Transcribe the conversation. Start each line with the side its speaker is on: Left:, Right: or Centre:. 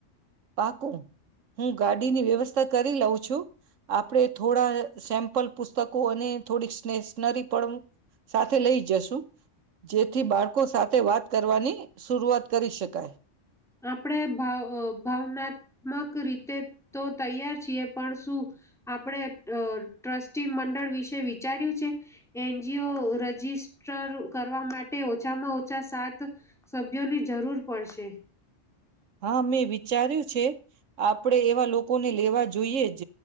Right: પાકું હું ગાડીની વ્યવસ્થા કરી લઉં છું આપડે થોડા સેમ્પલ પુસ્તકો અને થોડી સ્ટેશનરી પણ સાથે લઈ જશું જેથી બાળકો સાથે વાત કરવાની શુરુઆત કરી શકાય.
Centre: આપણે ભાવ ભાવનાત્મક રીતે તો તૈયાર છીએ પણ શું આપણે અ ટ્રસ્ટી મંડળ વિશે વિચાર્યું છે એન જી ઓ રજિસ્ટર કરવા માટે ઓછામાં ઓછા સાત સભ્યોની જરૂર પડશે.
Right: હા, મેં વિચાર્યું છે. આપણેે એવા લોકોને લેવા જોઈએ જ